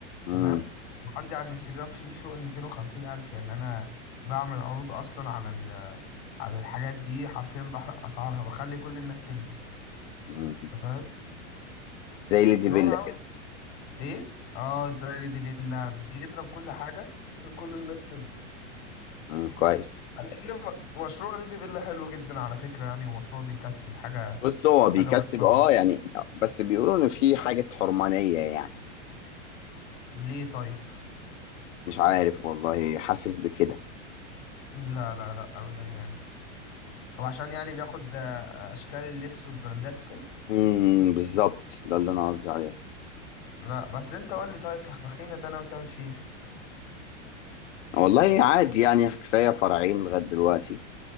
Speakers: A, on the left; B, on the left.
A: امم
B: تمام وعندي على الانستجرام في فوق ال 250 الف يعني انا بعمل عروض اصلا على ال على الحاجات دي حرفيا بحرق اسعارها بخلي كل الناس تلبس
A: امم.
B: انت فاهم
A: زي اللي دي
B: نور
A: بيلا
B: عامل
A: كده
B: ايه اه زي ليدي بيلا بيضرب كل حاجه عشان كل الناس تلبس
A: امم كويس
B: على ان م- مشروع ليدي بيلا حلو جدا على فكره يعني ومشروع بيكسب حاجه
A: بص هو بيكسب
B: حاجه محترمه
A: اه يعني بس بيقولوا ان في حاجة حرمانية يعني
B: ليه طيب
A: مش عارف والله حاسس بكده
B: لا لا لا ابدا يعني هو عشان يعني بياخد آه، اشكال اللبس والبراندات وكده
A: امم بالظبط ده اللي انا قصدي عليه
B: لا بس انت قول لي طيب فخفخينة ده ناوي تعمل فيه ايه؟
A: والله عادي يعني كفاية فرعين لغاية دلوقتي